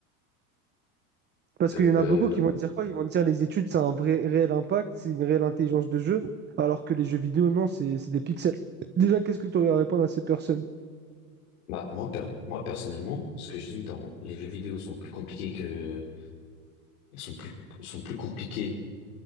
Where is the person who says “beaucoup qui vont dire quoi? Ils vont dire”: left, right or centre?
Right